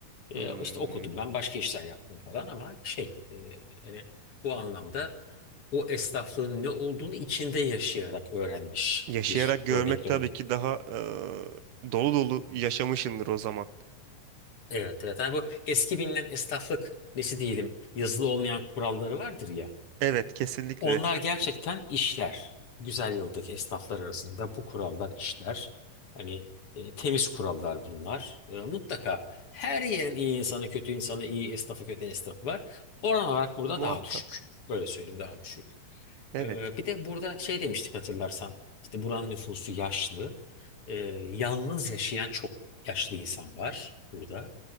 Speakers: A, on the right; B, on the left.
A: Hmm.
B: Ee, işte okudum ben başka işler yaptım falan ama şey e, hani bu anlamda o esnaflığın ne olduğunu içinde yaşayarak öğrenmiş
A: Yaşayarak
B: bir
A: görmek
B: örnek
A: tabii ki daha e, dolu dolu yaşamışındır o zaman.
B: Evet evet. Hani bu eski bilinen esnaflık nesi diyelim yazılı olmayan kuralları vardır ya.
A: Evet, kesinlikle.
B: Onlar gerçekten işler. Güzel yıldaki esnaflar arasında bu kurallar işler. Hani e, temiz kurallar bunlar. E, mutlaka her yerin iyi insanı, kötü insanı, iyi esnafı, kötü esnafı var. Oran olarak burada
A: Muhakkak.
B: daha düşük. Böyle söyleyeyim daha düşük.
A: Evet.
B: E, bir de burada şey demiştik hatırlarsan. İşte buranın nüfusu yaşlı. E, yalnız yaşayan çok yaşlı insan var burada